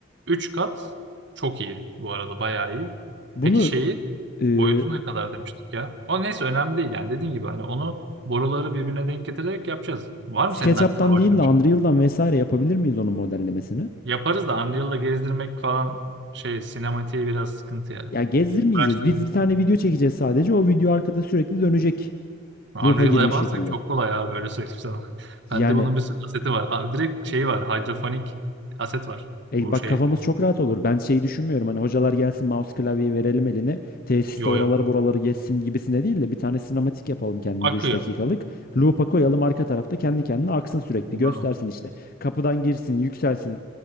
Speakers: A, on the right; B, on the left.
A: üç kat çok iyi bu arada bayağı iyi.
B: Bunu
A: Peki şeyi
B: e,
A: boyutu ne kadar demiştik ya? O neyse önemli değil yani dediğin gibi hani onu boruları birbirine denk getirerek yapacağız. Var mı
B: SketchUp'tan
A: senin aklında başka
B: değil
A: bir
B: de
A: şey?
B: Unreal'dan vesaire yapabilir miyiz onun modellemesini?
A: Yaparız da Unreal'la gezdirmek falan şey sinematiğe biraz sıkıntı yani.
B: Ya gezdirmeyeceğiz.
A: Uğraştırır.
B: Biz bir tane video çekeceğiz sadece. O video arkada sürekli dönecek.
A: Unreal'la
B: Loop'a girmiş
A: yaparsak
B: şekilde.
A: çok kolay abi öyle söyleyeyim sana. <laughs>
B: Yani
A: Bende bunun bir sürü aseti var. Abi direkt şey var hidrofonik aset var.
B: E
A: Bu
B: bak
A: şey
B: kafamız çok rahat olur. Ben şeyi düşünmüyorum. Hani hocalar gelsin mouse klavyeyi verelim eline. Tesiste
A: yo
B: oraları
A: yo
B: buraları geçsin gibisine değil de bir tane sinematik yapalım kendimize
A: akıyor.
B: 3 dakikalık. Loop'a koyalım arka tarafta kendi kendine aksın sürekli.
A: Anladım.
B: Göstersin işte. Kapıdan girsin, yükselsin.